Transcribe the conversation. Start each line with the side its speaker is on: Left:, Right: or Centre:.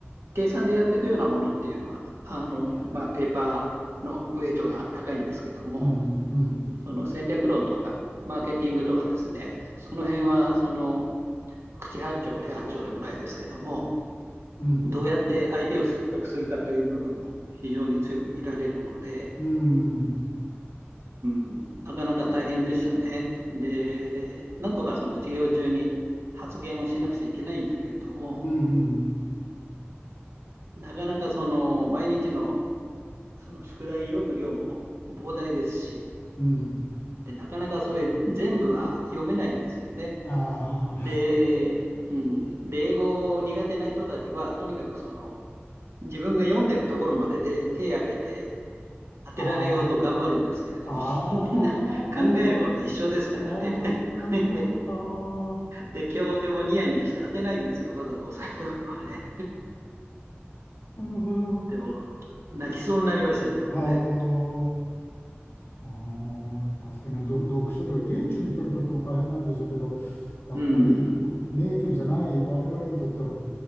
Right: 計算でやっていくようなものっていうのは、あの、まあ、ペーパーのウェイトが高いんですけども、
Left: うん、うん、
Right: その戦略論とか、マーケティングとかですね、その辺は、その、口八丁手八丁でもないですけども、
Left: うん、うん、
Right: どうやって相手を説得するかという部分も非常に強く見られるので、
Left: うん、
Right: うん、なかなか大変でしたね。で、なんとかその授業中に発言をしなくちゃいけないんだけれども、
Left: うん、
Right: なかなかその毎日のその宿題読む量も膨大ですし、
Left: うん、
Right: でなかなかそれ全部は読めないんですよね。
Left: あ
Right: で、うん、で英語苦手な人たちはとにかくその自分が読んでるところまでで手を挙げて当てられようと頑張るんですけれども、
Left: あ、ああ、
Right: <laughs> みんな考えること一緒ですからね。
Left: ああ、なるほど、なるほど、
Right: <laughs>
Left: なるほど、
Right: で、
Left: あ
Right: で、教授もニヤニヤして当てないんですよ、わざと押さえてこるはね。
Left: あ、なるほど、
Right: でも、泣きそうになりましたね、もうね。
Left: ああ、ああ、確かにど読書量、現地の人にとっても大変なんでしょうけど、やっぱり
Right: うん。
Left: ネイティブじゃない我々にとっては、